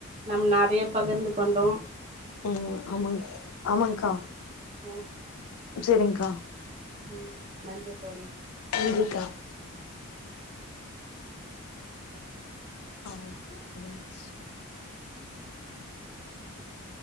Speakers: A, on the right; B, on the left.
A: நம் நெறைய பகிர்ந்து கொண்டோ
B: ம் ஆமாங் ஆமாங்க்கா
A: ஓ
B: செரிங்க்கா
A: ம் நன்றி தோழி
B: நன்றிக்கா அப்போ முடிஞ்ச்சு